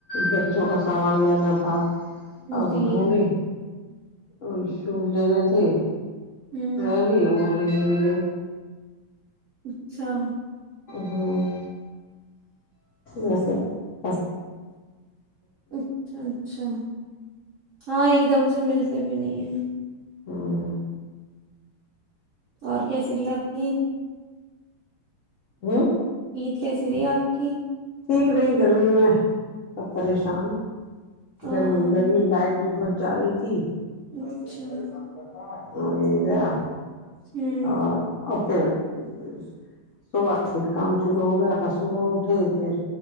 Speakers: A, on the left (about 80°); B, on the right (about 80°).
A: بچوں کا سامان لینا <unintelligible> ہاں <unintelligible> ا
B: جی
A: ڈھونڈ <unintelligible> اور شوز لینے تھے
B: ہوں
A: نہیں نہیں وہ ملے <unintelligible>
B: اچھا <unintelligible>
A: ہوں و سب <unintelligible>
B: اچھا اچھا ہاں ایک دم سے ملتے <unintelligible> بھی نہیں ہے <unintelligible>
A: ہوں <unintelligible>
B: اور کیا س رہیے آپ کی
A: ہوں
B: عید کیسی رہی آپ کی <unintelligible>
A: ٹھیک رہیں گرمی میں سب پریشان <unintelligible>
B: ہاں
A: گرمی گرمی لائٹ بھی بہت جا رہی تھی <unintelligible> ہزبینڈ
B: اچھا
A: پریشان کرتا ہے <unintelligible> اوریرا <unintelligible>
B: ہوں
A: اور <unintelligible> خ بس <unintelligible> صبح سے کام <unintelligible> شروع ہو گیا تھا صبح اٹھے پھر